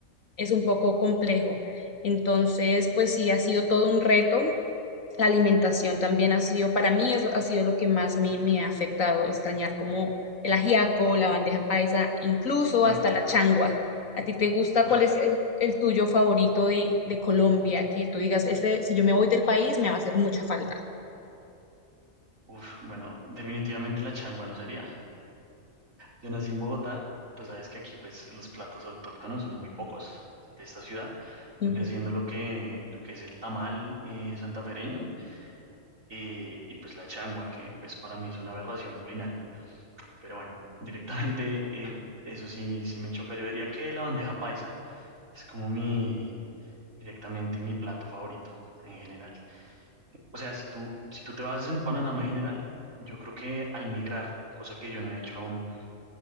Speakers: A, on the left; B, on the right.
A: es un poco complejo. Entonces, pues sí, ha sido todo un reto la alimentación también ha sido, para mí eso ha sido lo que más me, me ha afectado, extrañar como el ajiaco, la bandeja paisa, incluso
B: Uf,
A: hasta la
B: claro.
A: changua. ¿A ti te gusta?
B: Uf,
A: ¿Cuál es el, el tuyo favorito de, de Colombia? Que tú digas, ese, si yo me voy del país, me va a hacer mucha falta.
B: uf. Bueno, definitivamente la changua no sería. Yo nací en Bogotá. Tú sabes que aquí, pues, los platos autóctonos son muy pocos de esta ciudad.
A: Ujú.
B: Vendría siendo lo que, lo que es el tamal eh, santafereño eh, y, pues, la changua, que, pues, para mí es una aberración culinaria. Pero bueno, directamente, eh, eso sí, sí me choca. Yo diría que la bandeja paisa es como mi, directamente mi plato favorito en general. O sea, si tú, si tú te vas en un panorama general, yo creo que al migrar, cosa que yo no he hecho aún,